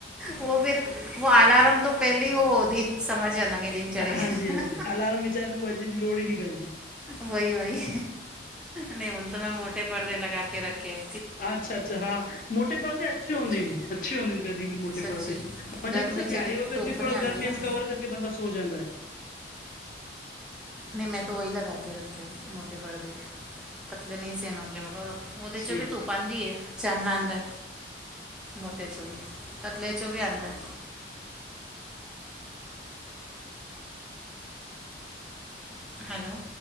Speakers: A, in the centre; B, on the left.
A: ਉਹ ਫਿਰ, ਉਹ ਆਲਾਰਮ ਤੋ ਪਹਿਲੇ ਹੀ ਉਹ ਦਿਨ ਸਮਝ ਜਾਨਾ ਕਿ ਦਿਨ ਚੜ੍ਹ ਗਿਆ।
B: ਹਾਂਜੀ ਹਾਂਜੀ ਅਲਾਰਮ ਵਿਚਾਰੇ ਨੂੰ, ਵੱਜਣੇ ਦੀ ਲੋੜ ਈ ਨਹੀਂ ਪੈਂਦੀ।
A: ਵਹੀ, ਵਹੀ, ਨਹੀਂ ਹੁਣ ਤਾਂ ਮੈਂ ਮੋਟੇ ਪਰਦੇ ਲਗਾਕੇ ਰੱਖੇ।
B: ਅੱਛਾ-ਅੱਛਾ, ਹਾਂ, ਮੋਟੇ ਪਰਦੇ ਅੱਛੇ ਹੋਂਦੇਨ,
A: 'ਚ
B: ਅੱਛੇ ਹੁੰਦੇ ਨੇ ਕਦੀ ਵੀ ਮੋਟੇ
A: ਸੱਚੀ
B: ਪਰਦੇ। ਮਗਰ
A: ਗਰਮੀ
B: ਕਿਸੇ
A: 'ਚ
B: ਦਿਹਾੜੀ
A: ਨਹੀਂ
B: ਵਗਤ
A: ਧੁੱਪ
B: ਵੀ, ਥੋੜਾ
A: ਨਹੀਂ ਆਉਂਦੀ
B: ਗਰਮੀਆਂ'ਚ
A: ਨਾ
B: ਕਵਰ ਕਰਕੇ ਬੰਦਾ ਸੋ ਜਾਂਦਾ ਏ।
A: ਨਹੀਂ, ਮੈਂ ਤੋ ਓਈ ਲਗਾਕੇ ਰੱਖਿਆ। ਮ੍ਹੋਟੇ ਪਰਦੇ, ਪਤਲੇ ਨਹੀਂ ਸੇਨ ਹੁੰਦੇ, ਉਹਦੇ'ਚ
B: ਠੀਕ
A: ਵੀ ਧੁੱਪ ਆਂਦੀ ਏ। ਚਾੰਨਣਾ ਆਂਦਾ, ਮੋਟੇ'ਚੋ ਵੀ, ਪਤਲੇ'ਚੋ ਵੀ ਆਂਦਾ। ਹੈਲੋ?